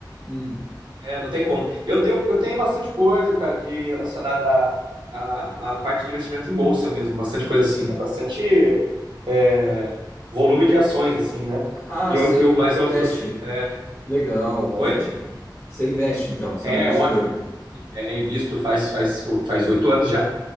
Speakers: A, on the left; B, on the right.
A: hum.
B: é, não tem como. Eu tenho, eu tenho bastante coisa, cara, de relacionada à à- à parte de investimento em bolsa mesmo, bastante coisa assim, né? Bastante é, volume de ações, assim, né?
A: Ah,
B: E eu,
A: você
B: eu, mas
A: você
B: eu,
A: investe.
B: é,
A: Legal, ótimo.
B: oi?
A: Você investe, então, você
B: É
A: é um investidor.
B: ótimo. É, invisto faz, faz, faz oito anos já.